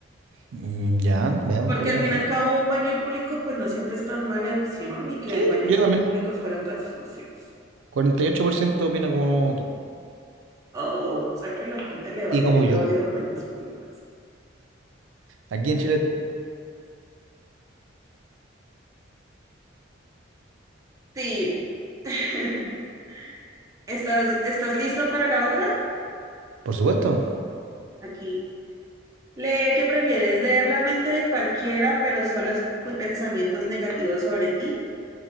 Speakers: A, on the right; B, on the right.
A: Mm, ya, veamos
B: Porque
A: qué opina
B: al fin
A: la gente.
B: y al cabo un baño público pues no siempre es tan mala opción y que
A: Sí,
B: el baños
A: yo también.
B: públicos fueran tan sucios.
A: cuarenta y ocho por ciento opina como tú.
B: Oh, o sea que la gente le odia,
A: Y como
B: le
A: yo.
B: odia los baños públicos.
A: Aquí en Chile,
B: Sí. <laughs> ¿Estás, estás listo para la otra?
A: por supuesto,
B: Aquí. Le ¿qué prefieres? ¿Leer la mente de cualquiera, pero solo escuchar pensamientos negativos sobre ti?